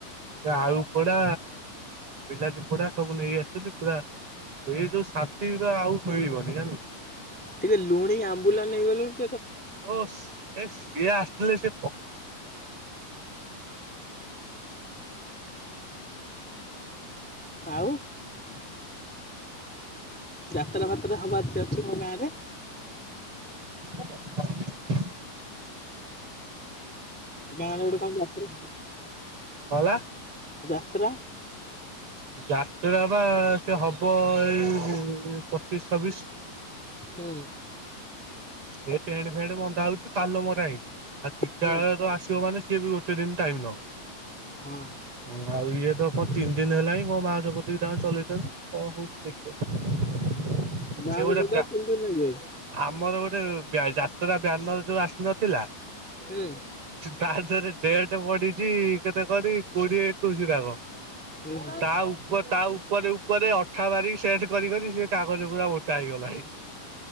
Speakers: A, on the right; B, in the centre.
A: ଆଳୁ ପୋଡା ବିଲାତି ପୋଡା ସବୁ ନେଇ ଆସିଥିଲି ପୁରା ଏଇ ଯୋଉ ଶାନ୍ତି ଆଉ ମିଳିବନି ଜାଣିଲୁ।
B: ଟିକେ ଲୁଣୀ ଆମ୍ବୁଲା ନେଇ ଗଲୁନି।
A: ଓସ୍ ଏସ୍ ଇଏ ଆସିଥିଲେ ସେ <inaudible>
B: ଆଉ
A: <inaudible>
B: <unintelligible> ଯାତ୍ରା ଫାତ୍ର ହେବା ଅଛି ମୋ ଗାଁରେ?
A: <inaudible>
B: ଗାଁରେ ଗୋଟେ କଣ ଯାତ୍ରା
A: ଗଲା
B: ଯାତ୍ରା।
A: ଯାତ୍ରା ବା ସେ ହବ ଏଇ ପଚିଶ ଛବିଶ।
B: ହୁଁ।
A: ଏଇ ଟେଣ୍ଟ ଫେଣ୍ଟ ବନ୍ଧା ହଉଚଛି ପାଲ ମରା ହେଇିନି। ଆଉ ଚୀତାଳୟରୁ
B: ହୁଁ
A: ଆସିବ ମାନେ ସିଏ ବି ଗୋଟେ ଦିନ ଟାଇମ୍ ନବ।
B: ହଁ
A: ହୁଁ ଆଉ ଇଏ ତ କଣ ଦିନ ହେଲାଣିଁ କଣ ବାଉଁଶ ପୋତି ତାଙ୍କା ଚଳେଇଚନ୍ତି। ହଁ ହଉଛି ଦେଖିବା
B: ବାଉଁଶ
A: ସେ ଗଟେ
B: ପୂଜା
A: ବ୍ୟା
B: ତିନି ଦିନି ଲାଗିଯାଉଛି
A: ଆ ଗୋଟେ ଯାତ୍ରା ବ୍ୟାନର ଯୋଉ ଆସ ନଥିଲା
B: ହୁଁ
A: ତା ଦେହରେ ଦେଏଟ ବଢିଛି। କେତେ କରି କୋଡିଏ ଏକୋଇଶି ଯାକ
B: ହୁଁ
A: ତା ଉପ ତା ଉପରେ ଉପରେ ଅଠା ବାରି ସେଟେ କରିି କରି ସେ କାଗଜ ପୁରା ମୋଟା ହେଇଗଲାଣି